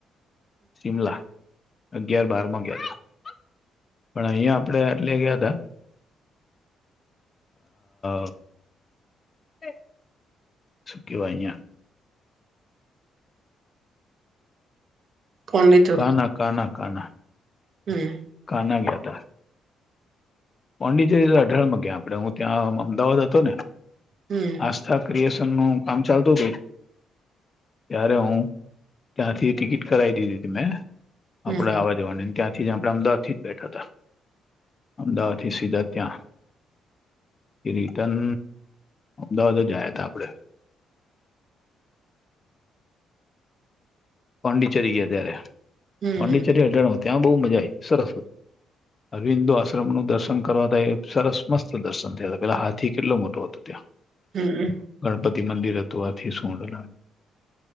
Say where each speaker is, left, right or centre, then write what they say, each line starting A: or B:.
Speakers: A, on the left (about 35°); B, on the right (about 55°).
A: શિમલા અગિયાર બારમાં ગયા હતા પણ અહિયાં આપડે એટલે ગયા ત હ હ સુ કવા અયા
B: પોંડિચેરી
A: કના કના કના
B: હમ
A: કના ગયાતા પોડિજ અઢળમાં ગ આપણેે હું ત્યાં અમદાવાદ હતો ને
B: હમ
A: આસ્થા કરીએ ન કામ ચાલતું હતું ત્યારે હું ત્યાંથી ટિકિટ કરાવી દીધી ત મેં
B: હમ
A: આપડે આવવા જવાની ત્યાંથી જ આપે અમદાવાદ થી જ બેઠા હતા અમદાવાદ થી સીધા ત્યાં એ રિટર્ન અમદાવાદ જયા હતા આપડે પાંડિચેરી ગયા ત્યારે
B: હમ
A: પોંડીચેરી હઢણમાં ત્યાં બહુ મજા આવી સરસ હતું અરવિંદો આશ્રમનુંનુ દર્શન કરવા ત એ સરસ મસ્ત દર્શન થયા હતા પેલા હાથી કેટલો મોટો હતો ત્યાં
B: હમ
A: ગણપતિ મંદિર હતવાથી સૂડ લાગ